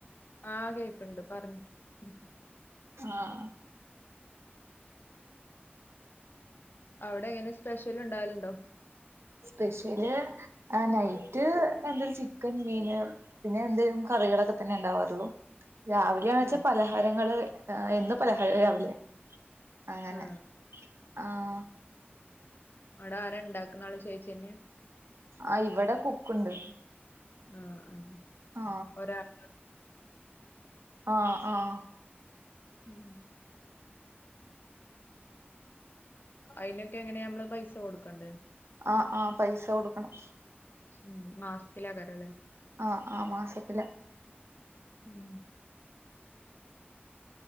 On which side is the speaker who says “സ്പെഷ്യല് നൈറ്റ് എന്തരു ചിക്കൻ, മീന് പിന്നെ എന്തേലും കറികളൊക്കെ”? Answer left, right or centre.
Right